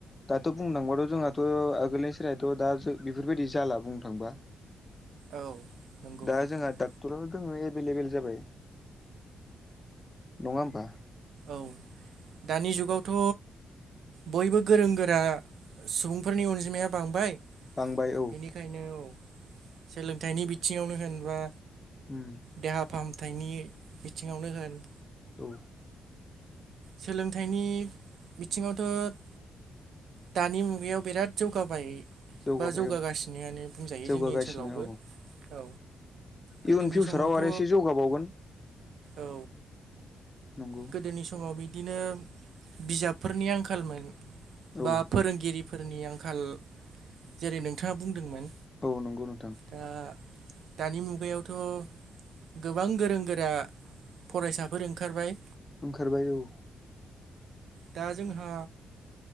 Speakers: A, on the left (about 15°); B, on the right (about 60°).
A: दाथ' बुंनो थांबाथ' जोंहाथ' आगोलनि सोलायथ' दा ओ बेफोरबायदि जाला बुंनो थांबा।
B: औ नंगौ
A: दा
B: नोंथां
A: जोंहा डाक्ट क्टरावनो दोङो एभेलेबेल जाबाय। नङा होमबा?
B: औ दानि जुगावथ' बयबो गोरों गोरा सुबुंफोरनि अनजिमाया बांबाय।
A: बांबाय औ।
B: बेनिखायनो औ सोलोंथाइनि बिथिङावनो होनबा
A: उम
B: देहा फाहामथायनि बिथिङावनो होन
A: औ
B: सोलोंथाइनि बिथिङावथ' दानि मुगायाव बिराद जौगाबाय।
A: जौगाबाय
B: बा जौगागासिनोयानो
A: औ
B: बुंजायो
A: जौगागासिनो
B: जोंनि ओनसोलावबो।
A: औ
B: औ गोदोनि
A: इयुन फिउचाराव
B: समावथ'
A: आरो एसे जौगाबावगोन
B: औ
A: नंगौ
B: गोदोनिस माव बिदिनो बिजाबफोरनि आंखालमोन
A: औ
B: बा फोरोंगिरि फोरनि आंखाल जेरै नोंथाङा बुंदोंमोन।
A: औ नंगौ नोंथां।
B: दा दानि मुगायावथ' गोबां गोरों गोरा फरायसाफोर ओंखारबाय।
A: ओंखारबाय औ।
B: दा जोंहा